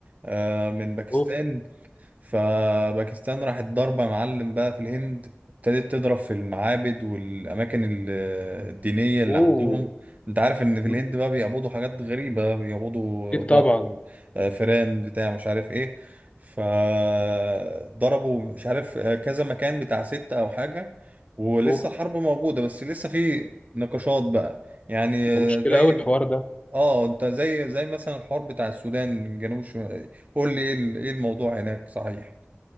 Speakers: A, on the right; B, on the left.
A: آه، من باكستان
B: اوف
A: فباكستان راحت ضاربة معلم بقى في الهند ابتدت تضرب في المعابد والأماكن ال- الدينية اللي
B: اوه
A: عندهم انت عارف ان في
B: مم.
A: الهند بقى بيعبدوا حاجات غريبة بيعبدوا
B: اكيد
A: بقر
B: طبعا.
A: آه، فيران بتاع مش عارف ايه فضربوا مش عارف آه، كذا مكان بتاع ستة او حاجة ولسه
B: اوه
A: الحرب موجودة بس لسه في نقاشات بقى يعني آه،
B: ده مشكله
A: زي
B: قوي الحوار ده.
A: اه انت زي زي مثلا الحوار بتاع السودان جنوب الشمال قول لي ايه ال- ايه الموضوع هناك صحيح